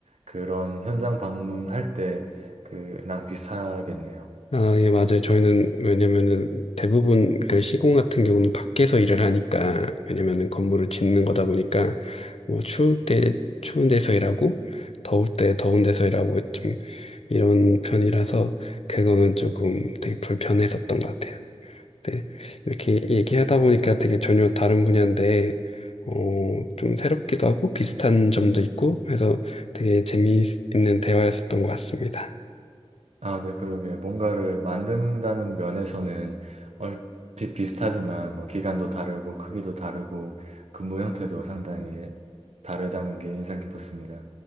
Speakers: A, on the right (about 80°); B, on the left (about 70°).
A: 그런 현장 방문할 때 그랑 비슷하겠네요.
B: 아, 예, 맞아요. 저희는 왜냐면은 대부분 그 시공 같은 경우는 밖에서 일을 하니까 왜냐면은 건물을 짓는 거다 보니까 뭐 추울 때 추운 데서 일하고 더울 때 더운 데서 일하고 좀 이런 편이라서 그거는 조금 되게 불편했었던 것 같아요. 네. 이렇게 얘기하다 보니까 되게 전혀 다른 분야인데 어, 좀 새롭기도 하고 비슷한 점도 있고 해서 되게 재미있는 대화였었던 것 같습니다.
A: 아, 네, 그러게요. 뭔가를 만든다는 면에서는 얼핏 비슷하지만 뭐 기간도 다르고 크기도 다르고 근무 형태도 상당히 다르다는 게 인상 깊었습니다.